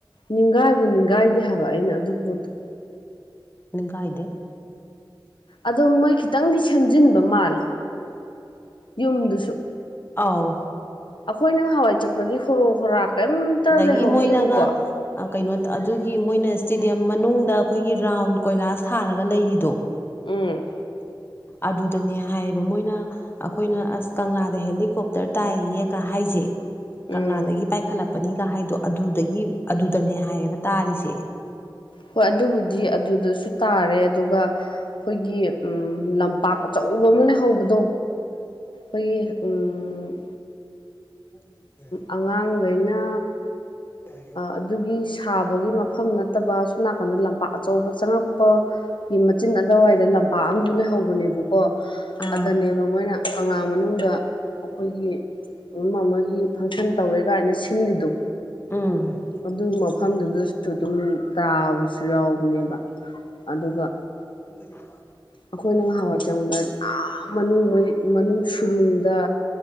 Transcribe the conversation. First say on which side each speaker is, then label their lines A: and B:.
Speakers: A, on the left; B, on the left.
A: ꯅꯤꯡꯒꯥꯏꯕꯨ ꯅꯤꯡꯒꯥꯏꯗꯦ ꯍꯥꯏꯕ ꯑꯩꯅ ꯑꯗꯨ ꯄꯣꯠꯇꯨ
B: ꯅꯤꯡ ꯀꯥꯏꯗꯦ
A: ꯑꯣ ꯃꯣꯏ ꯈꯤꯇꯪꯗꯤ ꯁꯦꯝꯖꯤꯟꯕ ꯃꯥꯜꯂꯦ ꯌꯨꯝꯗꯨꯁꯨ
B: ꯑꯥꯎ
A: ꯑꯩꯈꯣꯏ ꯅꯪ ꯍꯋꯥꯏ ꯆꯠꯄꯗꯤ ꯍꯣꯔꯣꯛ ꯍꯣꯔꯥ ꯀꯩꯝꯇ
B: ꯑꯗꯒꯤ
A: ꯂꯩꯍꯧꯗꯦꯕꯀꯣ
B: ꯃꯣꯏꯅꯒ ꯀꯩꯅꯣ ꯑꯗꯨꯒꯤ ꯃꯣꯏꯅ ꯏꯁꯇꯦꯗꯤꯌꯝ ꯃꯅꯨꯡꯗ ꯑꯩꯈꯣꯏꯒꯤ ꯔꯥꯎꯟ ꯀꯣꯏꯂꯥꯁ ꯊꯥꯔꯒ ꯂꯩꯔꯤꯗꯣ
A: ꯎꯝ
B: ꯑꯗꯨꯗꯅꯦ ꯍꯥꯏꯌꯦꯕ ꯃꯣꯏꯅ ꯑꯩꯈꯣꯏꯅ ꯑꯁ ꯀꯪꯂꯥꯗ ꯍꯦꯂꯤꯀꯣꯞꯇꯔ ꯇꯥꯏꯌꯦꯒ ꯍꯥꯏꯖꯩ
A: ꯎꯝ
B: ꯀꯪꯂꯥꯗꯒꯤ ꯄꯥꯏꯈꯠꯂꯛꯄꯅꯤꯒ ꯍꯥꯏꯗꯣ ꯑꯗꯨꯗꯒꯤ ꯑꯗꯨꯗꯅꯦ ꯍꯥꯏꯌꯦꯕ ꯇꯥꯔꯤꯁꯦ
A: ꯍꯣꯏ ꯑꯗꯨꯕꯨꯗꯤ ꯑꯗꯨꯗꯁꯨ ꯇꯥꯔꯦ ꯑꯗꯨꯒ ꯑꯩꯈꯣꯏꯒꯤ ꯂꯝꯄꯥꯛ ꯑꯆꯧꯕ ꯑꯃ ꯂꯩꯍꯧꯕꯗꯣ
B: ꯎꯝ
A: ꯑꯩꯈꯣꯏꯒꯤ ꯎꯝ
B: ꯀꯁꯦ
A: ꯑꯉꯥꯡꯈꯩꯅ
B: ꯍ
A: ꯑꯗꯨꯒꯤ ꯁꯥꯕꯒꯤ ꯃꯐꯝ ꯅꯠꯇꯕ ꯁꯣꯝ ꯅꯥꯀꯟꯗ ꯂꯝꯄꯥꯛ ꯑꯆꯧꯕ ꯆꯪꯉꯛꯄ ꯒꯤ ꯃꯆꯤꯟ ꯑꯗꯨꯋꯥꯏꯗ ꯂꯝꯄꯥꯛ ꯑꯨ ꯂꯩꯍꯧꯕꯅꯦꯕꯀꯣ
B: ꯑꯥ
A: ꯑꯗꯨꯅꯦ ꯑ ꯃꯣꯏꯅ ꯀꯪꯂꯥ ꯃꯅꯨꯡꯗ ꯑꯩꯈꯣꯏꯒꯤ ꯑꯃ ꯑꯃꯒꯤ ꯐꯪꯁꯟ ꯇꯧꯋꯦ ꯀꯥꯏꯅ ꯁꯤꯜꯂꯤꯗꯣ
B: ꯎꯝ
A: ꯑꯗꯨꯒꯤ ꯃꯐꯝꯗꯨꯗꯁꯨ ꯑꯗꯨꯝ ꯇꯥꯕꯁꯨ ꯌꯥꯎꯕꯅꯦꯕ ꯑꯗꯨꯒ
B: ꯅꯗꯔꯤꯗ
A: ꯑꯩꯈꯣꯏꯅ ꯉꯍꯥꯎꯋꯥ ꯆꯪꯕ ꯌꯥꯝ ꯃꯅꯨꯡ ꯁꯨꯔꯨꯡꯗ